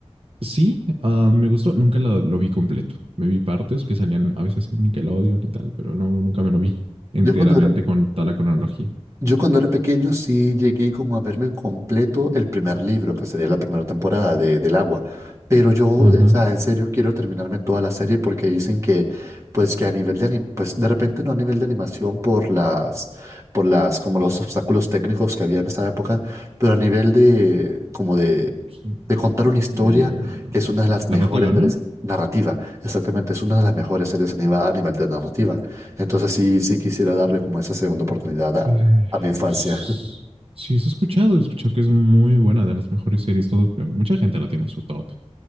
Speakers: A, on the right; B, on the right.
A: sí, ah, me gustó. Nunca lo, lo vi completo. Me vi partes que salían a veces en Nickelodeon y tal, pero no, nunca me lo vi <laughs> enteramente
B: Yo cuando era,
A: con toda la cronología.
B: Yo cuando era pequeño sí llegué como a verme en completo el primer libro, que sería la primera temporada de, del Agua. Pero yo, o
A: Ajá.
B: sea, en serio quiero terminarme toda la serie porque dicen que, pues que a nivel de anim- pues de repente no a nivel de animación por las, por las, como los obstáculos técnicos que había en esa época, pero a nivel de, como de,
A: Sí,
B: de contar una historia,
A: De
B: que es una de las mejores
A: narrativa, ¿no?
B: series narrativa, exactamente, es una de las mejores series animadas a nivel de narrativa. Entonces sí, sí quisiera darle como esa segunda oportunidad a
A: Eh,
B: mi infancia.
A: pues
B: <laughs>
A: sí, eso he escuchado. He escuchado que es muy buena, de las mejores series. Todo, mucha gente la tiene en su top.